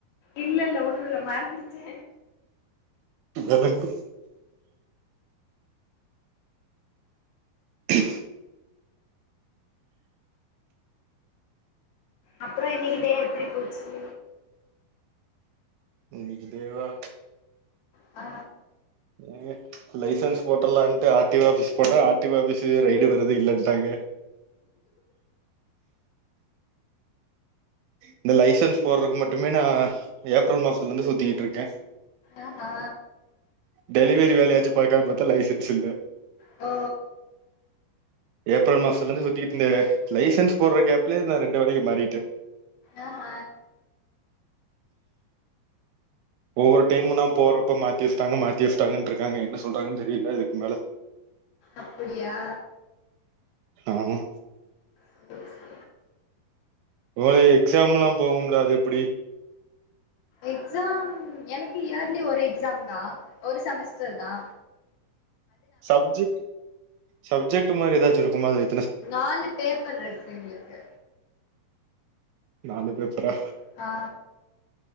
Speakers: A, on the left; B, on the right.
A: இல்ல இல்ல ஒன்னுல்ல மறந்துட்டே
B: கெடகு ஹ
A: அப்றோ இன்னைக்கு டே எப்டி போச்சு
B: இன்னைக்கி டேவா
A: அ
B: என்னங்க லைசன்ஸ் போட்டுர்லான்ட்டு ஆர் டி ஓ ஆஃபிஸ் போனா R T O office ride வருது இல்லன்ட்டாங்க இந்த லைசன்ஸ் போட்றக்கு மட்டுமே நா ஏப்ரல் மாசத்துல இருந்து சுத்திகிட்ருக்கே
A: ஆ ஹா
B: டெலிவரி வேலையாச்சு பாக்காலனு பாத்தா லைசன்ஸ் இல்ல
A: ஓ
B: ஏப்ரல் மாசத்துல இருந்து சுத்திட்டுருந்தே லைசன்ஸ் போடர கேப்லே நா ரெண்டு வேலைக்கு மாறிட்டே
A: ஆ ஹ
B: ஒவ்வொரு டைமு நா போகிறப்போ மாத்தி வச்சுட்டாங்க மாத்தி வச்சுட்டாங்ன்ருக்காங்க என்ன சொல்றாங்கனு தெரில இதுக்கு மேல
A: அப்படியா
B: ஆமா
A: சேரி சேரி
B: ஒரு எக்ஸாமுலா போகும்ல அது எப்டி
A: எக்ஸாம் எனக்கு இயர்லி ஒரு எக்ஸாம்தா ஒரு செமஸ்டர்தா
B: சப்ஜெக்ட் சப்ஜெக்ட் மாரி ஏதாச்சு இருக்குமாதிரி
A: நாலு பேப்பர் இருக்கு எங்ளுக்கு
B: நாளு பேப்பரா
A: ஆ